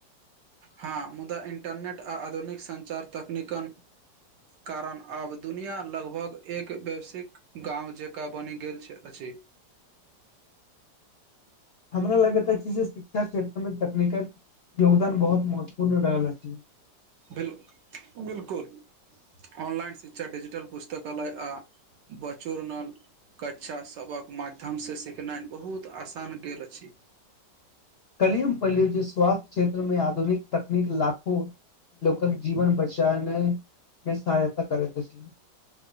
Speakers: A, on the right; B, on the left.
A: हँ मुदा इन्टरनेट आ आधुनिक संचार तकनीकन कारण आब दुनिया लगभग एक वैश्विक गाँंव जेका बनि गेल छै अछि
B: हमरा लगैत अछि जे शिक्षा क्षेत्र मे तकनीकल योगदान बहुत महत्वपूर्ण रहल अछि
A: बिल्कुल ऑनलाइन शिक्षा डजीटल पुस्तकालय अलय हँ बच्चो कक्षा सबहक सिखायलबहुत आसान गेल अछि
B: काल्हि हम पढ़लू जे स्वास्थ्य क्षेत्रमे आधुनिक तकनीक लाखो लोकक जीवन बचावने मे सहायता करैत अछि